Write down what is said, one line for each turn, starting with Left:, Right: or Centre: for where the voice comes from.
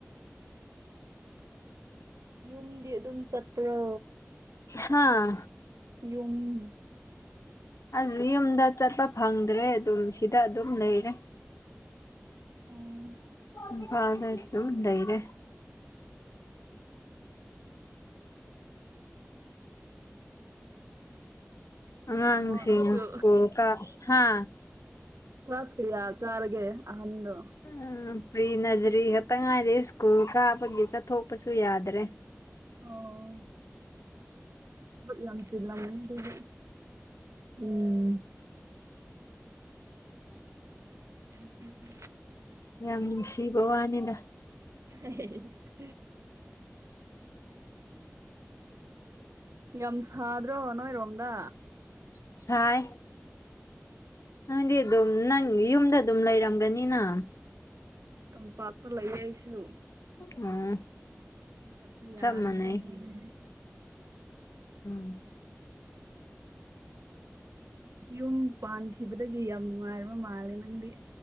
Right: ꯌꯨꯝꯗꯤ ꯑꯗꯨꯝ ꯆꯠꯄ꯭ꯔꯣ꯫
Left: ꯍꯥꯥ꯫
Right: ꯌꯨꯝ꯫
Left: ꯑꯁ ꯌꯨꯝꯗ ꯆꯠꯄ ꯐꯪꯗ꯭ꯔꯦ ꯑꯗꯨꯝ ꯁꯤꯗ ꯑꯗꯨꯝ ꯂꯩꯔꯦ꯫
Right: ꯑꯣ
Left: ꯏꯝꯐꯥꯜꯗ ꯑꯗꯨꯝ ꯂꯩꯔꯦ꯫
Right: ꯋꯥ
Left: ꯑꯉꯥꯡꯁꯤꯡ
Right: ꯉꯥꯡꯑꯣ ꯅꯪꯁꯨ꯫
Left: ꯁ꯭ꯀꯨꯜ ꯀꯥ ꯍꯥ
Right: ꯀꯂꯁ ꯀꯌꯥ ꯀꯥꯔꯒꯦ ꯑꯍꯟꯗꯨ
Left: ꯎꯝ ꯄ꯭ꯔꯤ ꯅꯖꯔꯤ ꯈꯛꯇ ꯉꯔꯦ ꯁ꯭ꯀꯨꯜ ꯀꯥꯕꯒꯤ ꯆꯠꯊꯣꯛꯄꯁꯨ ꯌꯥꯗ꯭ꯔꯦ꯫
Right: ꯑꯣ ꯌꯥꯝ ꯆꯤꯜꯂꯝꯒꯅꯤ ꯑꯗꯨꯗꯤ ꯎꯝ꯫ <unintelligible>
Left: ꯌꯥꯝ ꯅꯨꯡꯁꯤꯕ ꯋꯥꯅꯤꯗ꯫
Right: <unintelligible> ꯌꯥꯝ ꯁꯥꯗ꯭ꯔꯣ ꯅꯣꯏꯔꯣꯝꯗ꯫
Left: ꯁꯥꯏ꯫ ꯅꯪꯗꯤ ꯑꯗꯨꯝ ꯅꯪ ꯌꯨꯝꯗ ꯑꯗꯨꯝ ꯂꯩꯔꯝꯒꯅꯤꯅ꯫
Right: ꯇꯝꯄꯥꯛꯇ ꯂꯩꯌꯦ ꯑꯩꯁꯦ
Left: ꯎꯝ
Right: ꯆꯠꯄ ꯌꯥꯗ꯭ꯔꯦꯅꯦ
Left: ꯆꯞ ꯃꯥꯟꯅꯩ ꯎꯝ
Right: ꯌꯨꯝ ꯄꯥꯟꯈꯤꯕꯗꯒꯤ ꯌꯥꯝ ꯅꯨꯡꯉꯥꯏꯔꯕ ꯃꯥꯜꯂꯦ ꯅꯪꯗꯤ